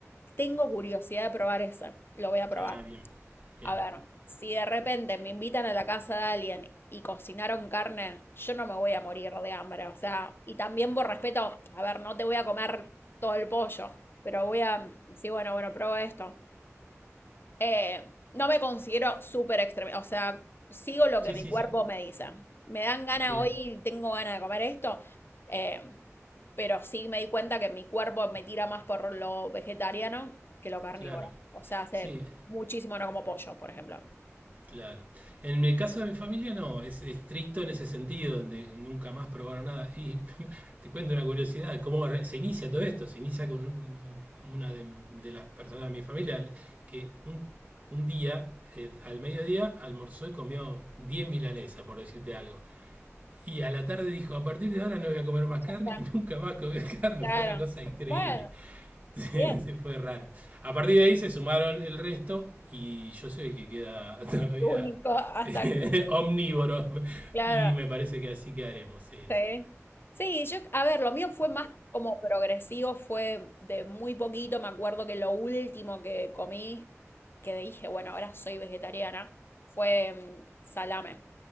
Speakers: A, on the left; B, on the right.
A: tengo curiosidad de probar eso, lo voy a probar.
B: Ah, bien, bien.
A: A ver, si de repente me invitan a la casa de alguien y cocinaron carne, yo no me voy a morir de hambre. O sea, y también por respeto, a ver, no te voy a comer todo el pollo, pero voy a decir, bueno, bueno, pruebo esto. Eh, no me considero súper extremista. O sea, sigo lo
B: Sí,
A: que mi
B: sí,
A: cuerpo
B: sí.
A: me dice. Me dan ganas
B: Bien,
A: hoy, tengo ganas de comer esto. eh, pero sí me di cuenta que mi cuerpo me tira más por lo vegetariano que lo carnívoro.
B: claro.
A: O sea, hace
B: Sí,
A: muchísimo no como pollo, por ejemplo.
B: Claro. En el caso de mi familia no, es estricto en ese sentido, donde nunca más probaron nada. Y <laughs> te cuento una curiosidad, cómo re- se inicia todo esto. Se inicia con un- una de, de las personas de mi familia que un, un día, eh, al mediodía, almorzó y comió 10 milanesas, por decirte algo. Y a la tarde dijo, a partir de ahora no voy a comer más carne
A: Hasta-
B: y <laughs> nunca más comió <laughs> carne.
A: Claro.
B: Fue una cosa increíble.
A: Bueno,
B: <laughs> Sí,
A: bien.
B: se fue raro. A partir de ahí se sumaron el resto y yo soy el que queda <laughs> todavía
A: Único hasta,
B: eh, omnívoro
A: claro,
B: y me parece que así quedaremos. Sí,
A: sí.
B: sí.
A: Sí, yo, a ver, lo mío fue más como progresivo, fue de muy poquito. Me acuerdo que lo último que comí, que dije, bueno, ahora soy vegetariana, fue mm, salame.